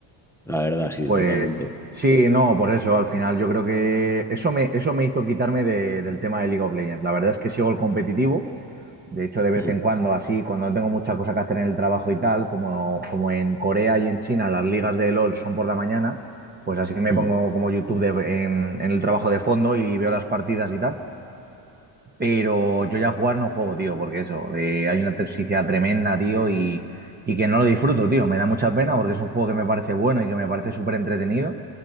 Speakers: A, in the centre; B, on the right.
A: La verdad, sí,
B: Pues
A: totalmente.
B: sí, no, por eso, al final yo creo que eso me, eso me hizo quitarme de- del tema de League of Legends. La verdad es que sigo el competitivo. De hecho, de vez
A: Mm,
B: en cuando, así, cuando no tengo mucha cosa que hacer en el trabajo y tal, como, como en Corea y en China las ligas de LOL son por la mañana, pues así me
A: mm,
B: pongo como YouTube de- en, en el trabajo de fondo y veo las partidas y tal. Pero yo ya jugar no juego, tío, porque eso, eh, hay una toxicidad tremenda, tío, y, y que no lo disfruto, tío. Me da mucha pena porque es un juego que me parece bueno y que me parece súper entretenido,